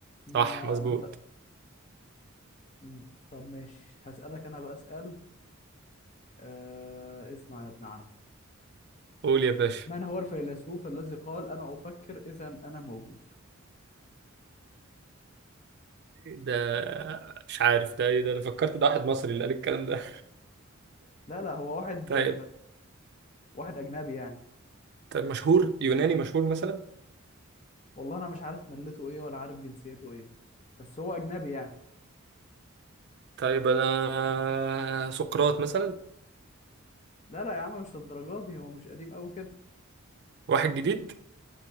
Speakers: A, on the left; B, on the right.
A: ما
B: صح
A: انا
B: مظبوط
A: ما انت مم. طب ماشي هسألك انا بقى اسأل أه... اسمع يا ابن عمي
B: قول يا باشا
A: من هو الفيلسوف الذي قال انا افكر اذا انا موجود
B: ده مش عارف ده ايه ده انا فكرت ده واحد مصري اللي قال الكلام ده
A: لا لا هو واحد
B: <laughs> طيب
A: واحد اجنبي يعني
B: طيب مشهور يوناني مشهور مثلا
A: والله انا مش عارف ملته ايه ولا عارف جنسيته ايه بس هو اجنبي يعني
B: طيب انا سقراط مثلا
A: لا لا يا عم مش للدرجه دي هو مش قديم قوي كده
B: واحد جديد